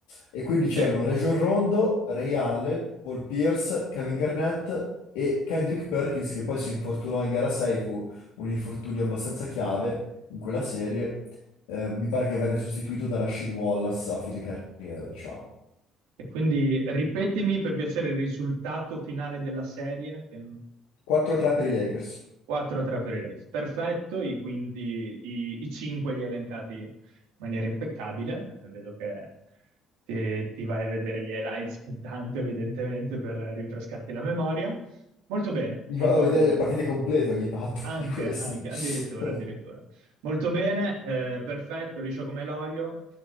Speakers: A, on the left; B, on the right.
A: E quindi c'erano
B: Sì.
A: Rajon Rondo, Ray Allen, Paul Pierce, Kevin Garnett e Kendrick Perkins che poi si infortunò in gara 6 un infortunio abbastanza chiave in quella serie. Eh, mi pare che venne sostituito da Rashid Wallace a fine carriera, diciamo.
B: E quindi ripetimi per piacere il risultato finale della serie, che
A: 4-3 per i Lakers.
B: 4-3 per i Lakers, perfetto, i- quindi i, i 5 li hai elencati in maniera impeccabile, Eh, vedo che ti, ti vai a vedere gli highlights ogni tanto evidentemente per rinfrescarti la memoria. Molto bene,
A: Mi
B: molto
A: vado a vedere
B: molto
A: le
B: bene,
A: partite complete ogni tanto
B: anche,
A: <laughs> di questo.
B: anche, addirittura,
A: <laughs>
B: addirittura. Molto bene, eh, perfetto, liscio come l'olio,